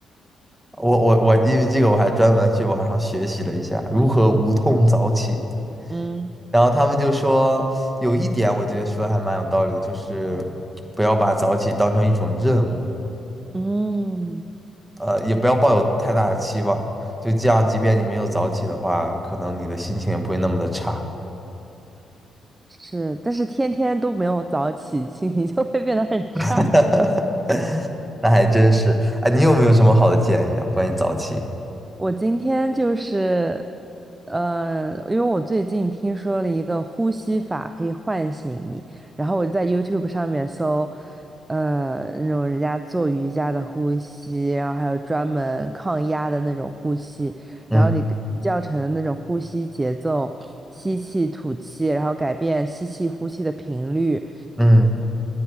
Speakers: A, in the centre; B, on the right (about 20°).
A: 我我我，因为这个我还专门去网上学习了一下如何无痛早起。
B: 嗯
A: 然后他们就说有一点，我觉得说得还蛮有道理的就是不要把早起当成一种任务，
B: 嗯，
A: 呃，也不要抱有太大的期望。就这样，即便你没有早起的话，可能你的心情也不会那么的差。
B: 是，但是天天都没有早起，心情就会变得很差。
A: <laughs> 那还真是。哎，你有没有什么好的建议啊？关于早起？
B: 我今天就是，呃，因为我最近听说了一个呼吸法可以唤醒你，然后我就在 YouTube 上面搜，呃，那种人家做瑜伽的呼吸，然后还有专门抗压的那种呼吸，
A: 嗯
B: 然后你跟着教程的那种呼吸节奏，吸气吐气，然后改变吸气呼气的频率。
A: 嗯，